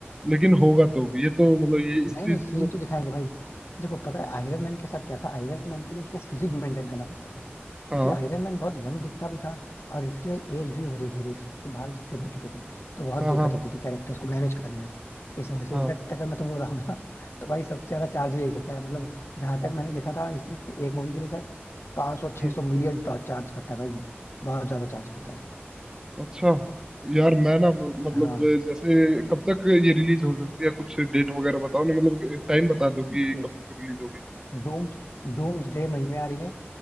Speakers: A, on the right; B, on the left.
A: लेकिन होगा तो ये तो मतलब ये इस
B: नहीं
A: चीज
B: नहीं सीन
A: को
B: तो दिखाएंगे भाई देखो पता है आयरन मैन के साथ क्या था आयरन मैन के लिए उसको फिजिक मेंटेन करना पड़ता था
A: हाँ
B: क्योंकि आयरन मैन बहुत यंग दिखता भी था और इसकी भाई एज भी हो रही थी इसके बाल सफेद हो चुके थे तो बहुत
A: हाँ
B: दिक्कत
A: हाँ हाँ
B: होती थी कैरेक्टर्स को मैनेज करने में इस वजह से
A: हाँ
B: इनफैक्ट अगर मैं तुमको बताऊं ना <laughs> तो भाई सबसे ज्यादा चार्ज भी यही करता है मतलब जहां तक मैंने देखा था इसने एक मूवी के लिए शायद 500 600
A: हम्म,
B: सौ मिलियन चार्ज करता है भाई बहुत ज्यादा चार्ज करता है
A: अच्छा यार मैं ना म- मतलब
B: हाँ
A: जैसे कब तक ये रिलीज हो सकती है कुछ डेट वगैरह बताओ ना मतलब टाइम बता दो कि
B: देखो
A: कब तक रिलीज होगी
B: डूम्स डूम्स डे मई में आ रही है